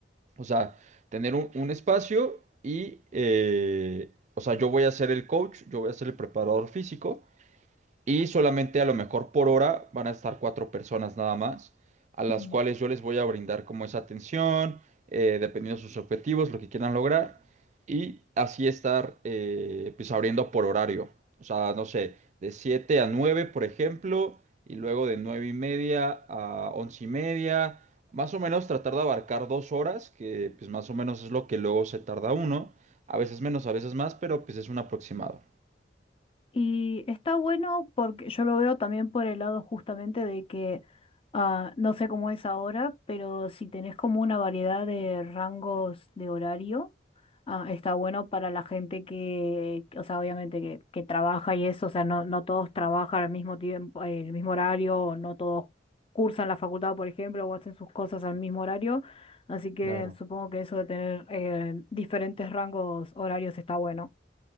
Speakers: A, on the right; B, on the left.
A: O sea, tener un, un espacio y, eh, o sea, yo voy a ser el coach, yo voy a ser el preparador físico y solamente a lo mejor por hora van a estar cuatro personas nada más, a las
B: Mm.
A: cuales yo les voy a brindar como esa atención, eh, dependiendo de sus objetivos, lo que quieran lograr, y así estar eh, pues abriendo por horario. O sea, no sé, de 7 a 9 por ejemplo, y luego de 9 y media a 11 y media, más o menos tratar de abarcar dos horas, que pues más o menos es lo que luego se tarda uno, a veces menos, a veces más, pero pues es un aproximado.
B: Y está bueno porque yo lo veo también por el lado justamente de que ah, no sé cómo es ahora, pero si tenés como una variedad de rangos de horario, ah, está bueno para la gente que, o sea, obviamente que, que trabaja y eso, o sea, no, no todos trabajan al mismo tiempo, el mismo horario, o no todos cursan la facultad, por ejemplo, o hacen sus cosas al mismo horario, así que
A: Claro.
B: supongo que eso de tener eh, diferentes rangos horarios está bueno.